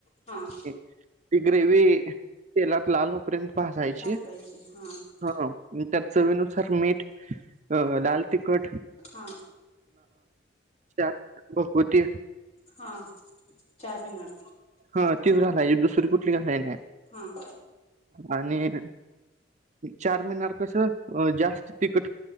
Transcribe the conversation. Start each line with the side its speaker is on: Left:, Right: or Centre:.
Left: हा
Right: ती ग्रेवी तेलात लाल उपर्यंत भासाायची.
Left: भाजायची हा.
Right: हा त्यात चवीनुसार मीठ अ लाल तिखट.
Left: हा
Right: च भगवती.
Left: हा. चार मिनार
Right: तीच घालायची दुसरी कुठली घालायची नाही.
Left: हम्म.
Right: आणि चार महिन्याार कस जास्त तिकट.